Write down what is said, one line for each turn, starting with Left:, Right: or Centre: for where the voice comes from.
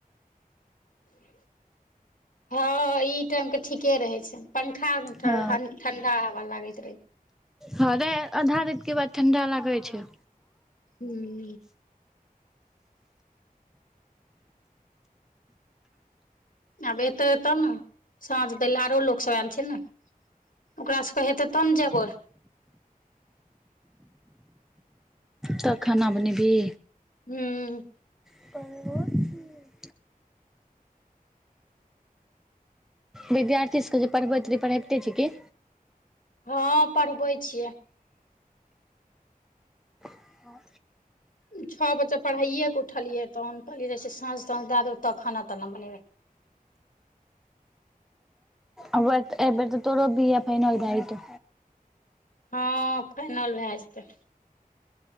Left: हं ई टाइमके ठीके रहै छैय पंखा <unintelligible>
Centre: हँ
Left: ठंडा हवा लागैत रहै
Centre: ह रे आधा रातिके बाद ठण्डा लागै छैय
Left: हूं आब एतै तऽ न, साँझ दै लऽ आरो लोक सब एल छै ने। ओकरा सबके हेतै तब न जेबै?
Centre: तऽ खाना बनेबही?
Left: हूम्म।
Centre: <inaudible> विद्यार्थी सबके जे पढ़बैत रै, पढ़हैबते छीयै की?
Left: हँ पढ़बै छियै।
Centre: हॉं।
Left: छऽ बजे पढ़ाइए कऽ उठलियै, तहन कहलियै जाय छी साँझ-ताँझ दैऽ देबै तब खाना-ताना बनेबै।
Centre: आबेत अइ बेर तऽ तोरो बी ए फाइनल भैऽ जेतौ?
Left: हँ फाइनल भैऽ जेतै।